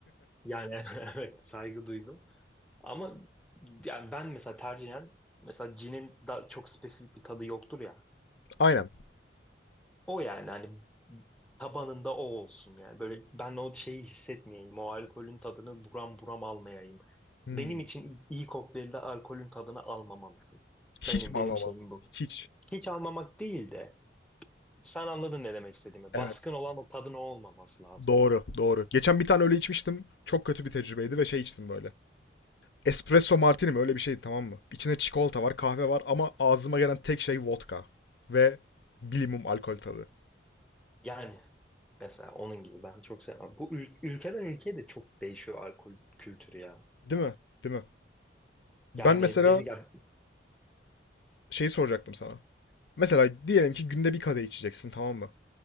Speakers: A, in the centre; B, on the left.
A: yani <laughs> evet saygı duydum. Ama yani ben mesela tercihen mesela cinin daha çok spesifik bir tadı yoktur ya.
B: <laughs> Aynen.
A: O yani hani tabanında o olsun yani. Böyle ben o şeyi hissetmeyeyim. O alkolün tadını buram buram almayayım.
B: Hmm.
A: Benim için iyi kokteylde alkolün tadını almamalısın.
B: Hiç
A: Benim
B: mi
A: benim
B: alamazdım?
A: şeyim bu.
B: Hiç.
A: Hiç almamak değil de sen anladın ne demek istediğimi.
B: Evet.
A: Baskın olan o tadın o olmaması lazım.
B: Doğru, doğru. Geçen bir tane öyle içmiştim. Çok kötü bir tecrübeydi ve şey içtim böyle. Espresso martini mi? Öyle bir şeydi, tamam mı? İçinde çikolata var, kahve var ama ağzıma gelen tek şey vodka. Ve bilimum alkol tadı.
A: Yani mesela onun gibi ben çok sevmem. Bu ül- ülkeden ülkeye de çok değişiyor alkol kültürü ya.
B: Değil mi? Değil mi? Ben
A: Yani
B: mesela
A: beni ya,
B: şeyi soracaktım sana. Mesela diyelim ki günde bir kadeh içeceksin tamam mı?